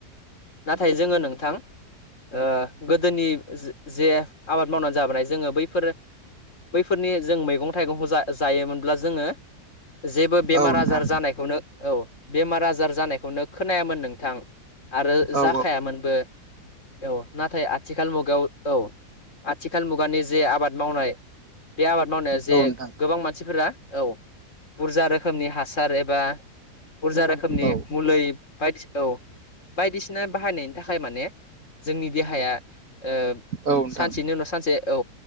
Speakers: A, on the left; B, on the right.
A: नाथाय जोङो नोंथां ओ गोदोनि जे आबाद मावनानै जाबोनाय जोङो बैफोर बैफोरनि जों मैगं थाइगंखौ जाय जायोमोनब्ला जोङो जेबो बेमार
B: औ नोंथां
A: आजार जानायखौनो औ बेमार आजार जानायखौनो खोनायामोन नोंथां। आरो
B: औ
A: जाखायामोनबो औ नाथाय आथिखाल मुगायाव औ आथिखाल मुगानि जे आबाद मावनाय बे आबाद मावनायाव जे
B: नोंथां
A: गोबां मानसिफोरा औ बुरजा रोखोमनि हासार एबा बुरजा रोखोमनि
B: औ
A: मुलै बायदि औ बायदिसिना बाहायनायनि थाखाय माने जोंनि देहाया ओ
B: औ नोंथां
A: सानसेनि उनाव सानसे औ